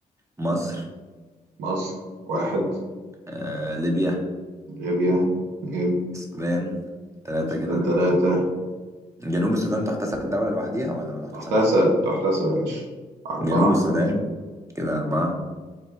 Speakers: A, on the right; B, on the right.
A: مصر
B: مصر واحد
A: آه ليبيا
B: ليبيا اثنين
A: السودان ثلاثة
B: السودان
A: كده
B: ثلاثة
A: جنوب السودان تحتسب دولة لوحديها ولا ما تحتسبش
B: تحتسب تحتسب يا باشا أربعة
A: جنوب السودان كده أربعة